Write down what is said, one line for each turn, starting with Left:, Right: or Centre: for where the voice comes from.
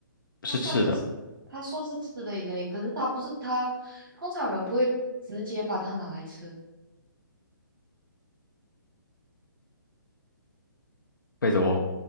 Left: 是吃的。
Right: 它算是它算是吃的一类，可是它不是它，通常人不会直接把它拿来吃。
Left: 为什么